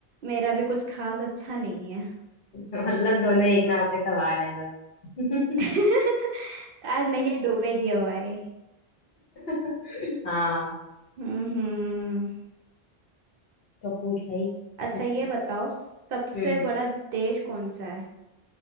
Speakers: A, on the right; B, on the left.
A: मेरा भी कुछ खास अच्छा नहीं है
B: मतलब दोनों एक नाव पे सवार हैं बस
A: <laughs> आज नैया डूबेगी हमारे
B: <laughs> हाँ
A: हम्म हम्म
B: तो पूछ भाई
A: अच्छा
B: कुछ
A: ये
B: पूछ
A: बताओ सबसे
B: हम्म
A: बड़ा देश कौन सा है